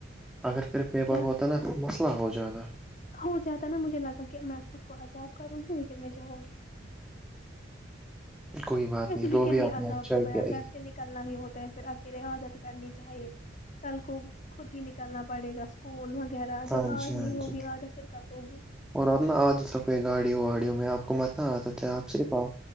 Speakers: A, in the centre; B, on the left (about 40°).
A: اگر پھر پیپر
B: کیا
A: ہوتا نا تو مسئلہ ہو جائے گا
B: ہو جاتا نا مجھے لگا کہ میں خود کو عذاب کروں گی لیکن میں جاؤں گی
A: کوئی بات
B: ویسے
A: نہیں تو
B: کیا
A: بھی
B: ہی
A: آپ
B: عذاب
A: نے اچھا
B: ہو گیا
A: کیا
B: گھر
A: اس
B: سے نکلنا ہی ہوتا ہے پھر اکیلے عادت کرنی چاہیے کل کو خود ہی نکلنا پڑے گا کول وغیرہ
A: ہاں
B: جب آج
A: جی ہاں
B: نہیں ہوگی
A: جی
B: آتا پھر کب ہوگی
A: اور ا اپنا عادت رہ کوئی گاڑی واڑیوں میں آپ کو متنا عادت ہے آپ صرف آ